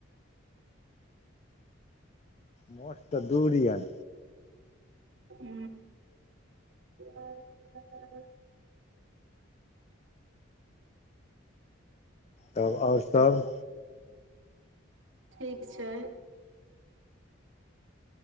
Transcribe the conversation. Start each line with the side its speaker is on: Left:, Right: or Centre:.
Left: मोठ त दूरी यन।
Right: हू <unintelligible>
Left: तब आओर सब?
Right: ठीक छै